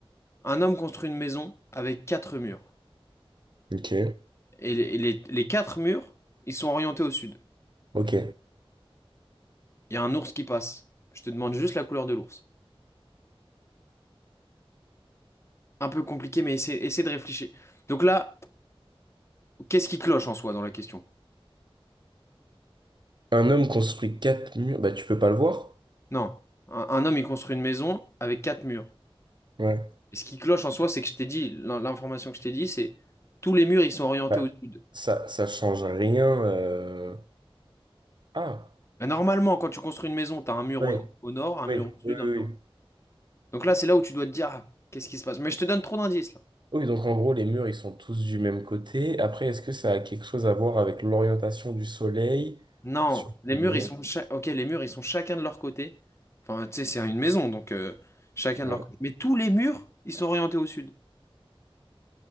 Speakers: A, on the left (about 30°); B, on the right (about 50°).
A: Un homme construit une maison avec quatre murs
B: Ok.
A: et les, et les- les quatre murs ils sont orientés au sud.
B: Ok.
A: Il y a un ours qui passe. Je te demande juste la couleur de l'ours. Un peu compliqué, mais essaie, essaie de réfléchir. Donc là, qu'est-ce qui cloche en soi dans la question?
B: Un homme construit quatre murs. Bah, tu peux pas le voir?
A: Non, un un homme il construit une maison avec quatre murs.
B: Ouais.
A: Et ce qui cloche en soi, c'est que je t'ai dit, l'in- l'information que je t'ai dit, c'est tous les murs, ils sont orientés
B: Bah,
A: au sud.
B: ça, ça change rien. euh. Ah,
A: Mais normalement, quand tu construis une maison, tu as un mur
B: ouais.
A: au, au nord, un mur
B: Oui,
A: au sud,
B: oui,
A: un
B: oui.
A: mur.
B: Oui,
A: Donc là, c'est là où tu dois te dire, ah, qu'est-ce qui se passe? Mais je te donne trop d'indices là.
B: Oui, donc en gros, les murs, ils sont tous du même côté. Après, est-ce que ça a quelque chose à voir avec l'orientation du soleil
A: Non,
B: sur
A: les
B: les
A: murs,
B: murs?
A: ils sont cha- ok, les murs, ils sont chacun de leur côté. Enfin, tu sais, c'est une maison, donc euh, chacun
B: Ouais,
A: de leur côté. Mais tous les murs, ils sont orientés au sud.